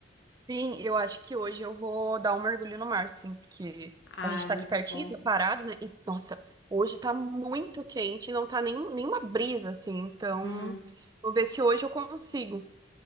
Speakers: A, on the right; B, on the left.
A: Sim, eu acho que hoje eu vou dar um mergulho no mar, sim, porque
B: Ah,
A: a gente
B: é
A: tá
B: muito
A: aqui pertinho,
B: bom.
A: tá parado, né? E, nossa, hoje tá muito quente, não tá nem, nenhuma brisa, assim, então
B: Uhum.
A: vou ver se hoje eu consigo